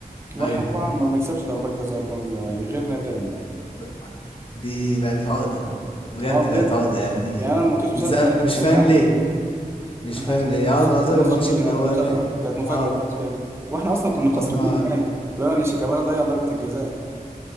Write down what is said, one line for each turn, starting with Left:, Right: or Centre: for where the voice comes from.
Right: واحنا
Left: ايوه
Right: طبعا ما بنكسبش ضربات جزاء قدام الزمالك غير نادرا يعني
Left: ب- دي بقت عقدة بجد
Right: اه بجد
Left: بقت عقدة يعني
Right: يعني انا ما كنتش مصدق
Left: متس-
Right: ان احنا
Left: مش
Right: كسبناهم
Left: فاهم ليه مش
Right: ان احنا
Left: فاهم
Right: كسبنا
Left: ليه
Right: في السوبر
Left: اه ده قصدك
Right: المصري
Left: الماتش
Right: دي كانت
Left: الاولاني
Right: مسابقة وكانت مفاجأة
Left: اه
Right: بالنسبة لي واحنا اصلا كنا خسرانين
Left: هما
Right: يعني لو ان شيكابالا ضيع ضربة الجزاء